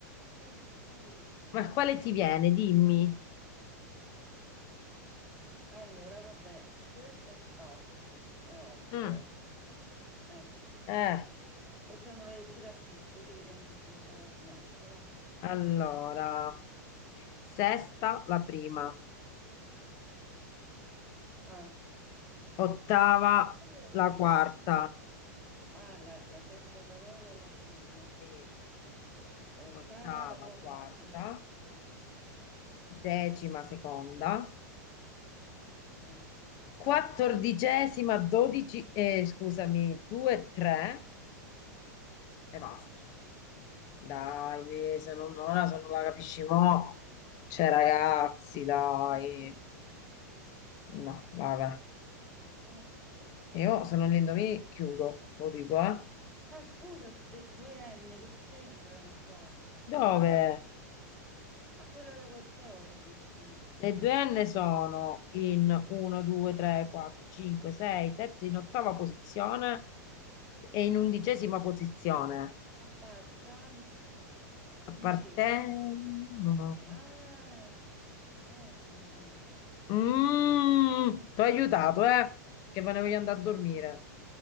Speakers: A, in the centre; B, on the left.
A: eh sì,
B: Ma quale ti viene? Dimmi.
A: allora vabbè, questa è spazi, è ovvio.
B: Mm.
A: Eh,
B: Eh,
A: facciamo una lettera P così vediamo se ce ne sta qualcun'altra, va?
B: allora, sesta la prima,
A: Ah,
B: ottava
A: Che vuol
B: la
A: dire?
B: quarta,
A: Ah, la, la sesta parola, la prima.
B: Sì.
A: Ottava,
B: ottava
A: la quarta.
B: quarta, decima seconda,
A: Eh.
B: quattordicesima dodici, eh, scusami, due, tre e basta. Dai, mi- se non, ora se non la capisci mo, cioè ragazzi, dai.
A: Ah, sì.
B: No, vabbè.
A: Ottava.
B: Io se non li indovini chiudo, lo dico, eh.
A: Ma scusa, ste due N che c'entrano qua?
B: Dove
A: Che parola? A quella da 14.
B: le due N sono in 1, 2, 3, 4, 5, 6, 7 in ottava posizione e in
A: Eh.
B: undicesima posizione.
A: Appartan...
B: Appartengono.
A: n- Che? Ah, appartengono.
B: Mm, ti ho aiutato, eh? Che ve ne voglio
A: Sì,
B: andare a dormire.
A: sì,